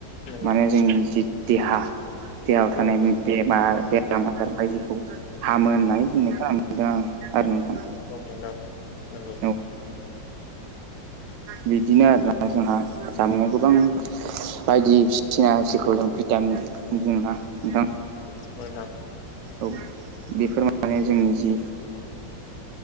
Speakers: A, on the left; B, on the right.
A: नंगौ
B: माने जोंनि जि देहा देहायाव थानाय
A: औ
B: बेमार
A: औ
B: बेरामा बायदिखौ हामो होननानै बुंनाय खोनानो मोनदों आं आरो नोंथां
A: औ नोंथां नंगौ
B: औ बिदिनो आरोना जोंहा जामुङाव गोबां बायदिसिना जखौ जों भिटामिन बुङोना नोंथां
A: ओ नोंथां
B: औ बेफोर माने जोंनि जि